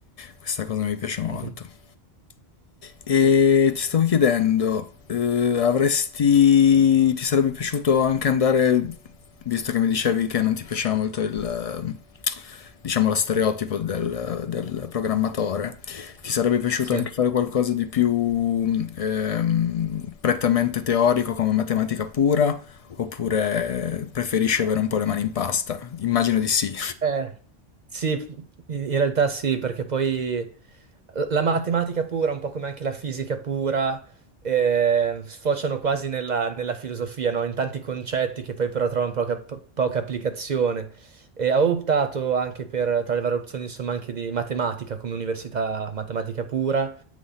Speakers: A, on the left; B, on the right.
A: Questa cosa mi piace molto.
B: Mhm,
A: E ti stavo chiedendo, eh, avresti... ti sarebbe piaciuto anche andare, visto che mi dicevi che non ti piaceva molto il, eh, diciamo, lo stereotipo del, del programmatore, ti sarebbe piaciuto
B: Sì.
A: anche fare qualcosa di più ehm, prettamente teorico come matematica pura, oppure preferisci avere un po' le mani in pasta? Immagino di sì.
B: Eh, sì, in in realtà sì, perché poi la matematica pura, un po' come anche la fisica pura, eh, sfociano quasi nella, nella filosofia, no? In tanti concetti che poi però trovano poca, po- poca applicazione. E avevo optato anche per, tra le varie opzioni, insomma, anche di matematica come università matematica pura,